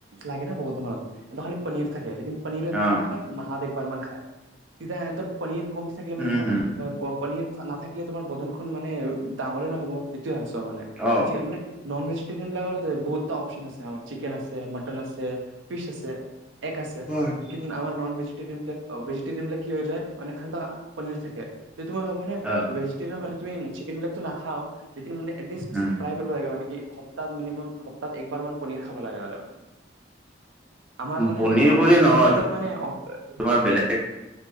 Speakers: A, on the right; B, in the centre.
A: লাগে বহুত ধনৰ খালি পনীৰ থাকে পনীৰ এ
B: অ
A: কি খ হয় মাহত। বাৰ মান খাই, তেতিয়া ইহঁতৰ পনীৰ কম থাকিলে মানে
B: উম হম
A: <unintelligible> পনীৰ নাথাকিলে তোমাৰ বদনখনন মানে ডাঙৰে নহব এতিয় আছ মানে
B: অ
A: আজি মানে নন ভেজিটেৰিয়ান বিলাকৰ বহুতটা অপশচন আছে আমাৰ চিকেন আছে মাটন আছে ফিচ আছে। এগ আছে
B: হয়
A: লেকিন আমাৰ নন ভেজিটেৰিয়ান বিলাক ভেজিটেৰিয়ান বিলাক কি হৈ যায় মানে পনীৰ থাকে। য তুমি ভাবা নহয়
B: অ
A: ভেজিটোন হলে তুমি চিকন বিলাক টো নেখাওঁ যিন মানে এিষ্ট
B: উম
A: ্ৰাই কৰিব লাগে মানে কি <unintelligible> সপ্তাহ মিনিমাম সপ্তত একবাৰ মান পনীৰ খাব লাগে <unintelligible> আমাৰ মানে
B: পনীৰ
A: নন
B: বুলি
A: ভেজিটৰিয়ান
B: নহয়
A: বিলাক মানে
B: তোমাৰ বেলেগ